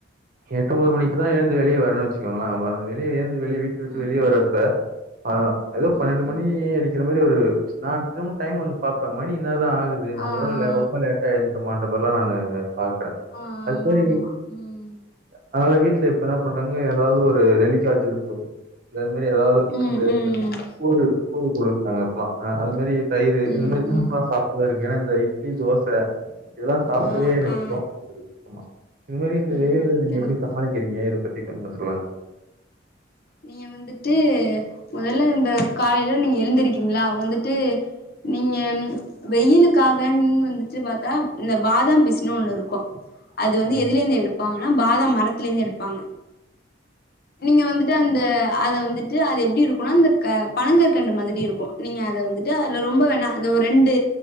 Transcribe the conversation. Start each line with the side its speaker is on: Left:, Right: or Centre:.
Right: எட்டு ஒம்பது மணிக்கு தான் எழுந்து வெளியே வரணு வச்சுக்கோங்களேன் வந்து வெளியே ஏந்து வெளியே வீட்டு விட்டு
Left: ம்
Right: வெளியே வரப்ப
Left: ம்
Right: ஆ எதோ
Left: ம்
Right: பன்னெண்டு மணி
Left: ம்
Right: அடிக்கிற மாரி ஒரு நான் திரும்ப டைம் வந்து பாப்பன் மணி என்ன தான் ஆகுது நம்ம
Left: ஆ ஆ
Right: ஒருவேள ரொம்ப லேட்டா எழுந்துட்டமான்ற மார்லாம் நானு பாக்குறன்
Left: ஆ ஆ
Right: அது
Left: ஆமா
Right: மாரி
Left: ஆமா ம்
Right: அதனால வீட்டுல இப்ப என்ன பண்றாங்க ஏதாவது ஒரு நெல்லிக்கா ஜூஸ்சு இல்ல அந்த மாதிரி ஏதாவது
Left: ம்
Right: இந்த
Left: ம்
Right: கூ கூழ் கொடுப்பாங்க அப்பல்லாம் ஆ அது மாரி தயிரு இந்த
Left: ம்
Right: மாதிரில்லாம்
Left: ம்
Right: சாப்பிடதான் இருக்கு ஏன்னா இந்த இட்லி தோச இதெல்லாம் சாப்பிடவே
Left: ஆ
Right: எனக்கு
Left: ஆ
Right: தோணமாட்டுகூது ஆமா இது மாதிரி இந்த
Left: ம்
Right: வெயில நீங்க
Left: கண்டிப்பா
Right: எப்டி சமாளிக்கிறீங்க இத பத்தி கொஞ்சம் சொல்லுங்க
Left: நீங்க வந்துட்டு மொதல்ல இந்த காலையில நீங்க எழுந்திருக்கீங்களா வந்துட்டு நீங்க வெயிலுக்கான் வந்துட்டு பாத்தா இந்த பாதாம் பிசுன் ஒன் இருக்கோம் அது வந்து
Right: ம்,
Left: எதுல இருந்து எடுப் ப்பாங்கன்னா பாதாம் மரத்துல இருந்து எடுப்பாங்க நீங்க வந்து ட்டு அந்த அத வந்துட்டு அது எப்டி இருக்கோனா அந்த பணங்கற்கண்டு மாதிரி இருக்கும் நீங்க அத வந்துட்டு ட்டு அதுல ரொம்ப வேணா அந்த ஒரு ரெண்டு